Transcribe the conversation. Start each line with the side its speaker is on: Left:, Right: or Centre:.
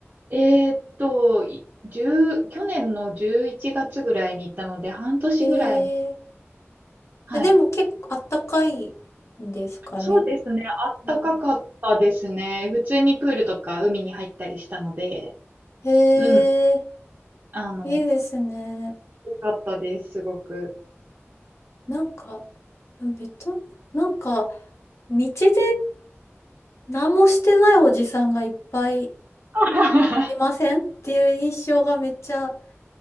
Right: えーっと、いじゅう去年の11月ぐらいに行ったので、半年ぐらい。
Left: へえ。
Right: はい。
Left: え、でも結構あったかいんですかね。
Right: そうですね。あったかかったですね。
Left: うん
Right: 普通にプールとか海に入ったりしたので、
Left: へえ、
Right: うん。あの、
Left: いいですね。
Right: よかったです、すごく。
Left: なんか、ベト、なんか、道で何もしてないおじさんがいっぱい
Right: <laughs> 確
Left: いませんっていう印象がめっちゃ、